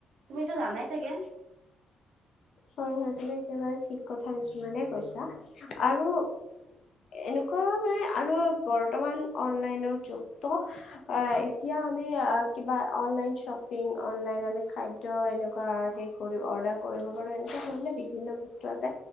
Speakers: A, on the right; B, on the left.
A: তুমিতো জানাই চাগে।
B: হয় হয় তুমি একেবাৰে থিক কথাই কৈছা আৰু এনেকুৱা মানে আৰু বৰ্তমান অনলাইনৰ যুগতো এতিয়া আমি কিবা অনলাইন অনলাইন খাদ্য এনেকুৱ অৰ্ডাৰ কৰিব। এনেকুৱা ধৰনৰ বিভিন্ন বস্তু আছে